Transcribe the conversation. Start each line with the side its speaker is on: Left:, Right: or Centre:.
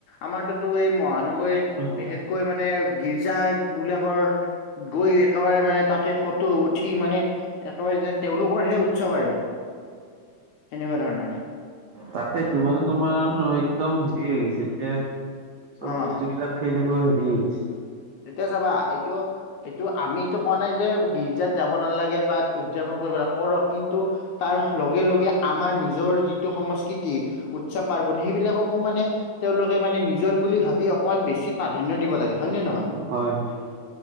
Left: আমাৰতোতো এই মহানগৰ। গৈ
Right: হয়
Left: বিশেষকৈ মানে গীৰ্জা বিলাকৰ গৈ। একেবাৰে মানে তাতে ফটো উঠি মানে! একেবাৰে যেন তেওঁলোকৰহে উৎসৱ আৰু সেনেকুৱা ধৰণৰ।
Right: তাকেই টো মানে তোমাৰ একদম হেৰি হৈ গৈছে এতিয়া। চব
Left: অ',
Right: বস্তু বিলাক সেনেকুৱা হেৰি হৈ গিছ।
Left: এতিয়া চাবা এইটো! এইটো আমিটো কোৱা নাই যে গীৰ্জাত যাব নালাগে বা উদযাপন কৰি নালাগে কৰক কিন্তু! তাৰ লগে লগে আমাৰ নিজৰ যিটো সংস্কৃতি উৎসৱ পাৰ্বন সেইবিলাকক! মৌ মানে তেওঁলোকে মানে নিজৰ বুলি ভাবি অকমান বেছি প্ৰাধান্য দিব লাগে হয় নে নে নহয়?
Right: হয় হয়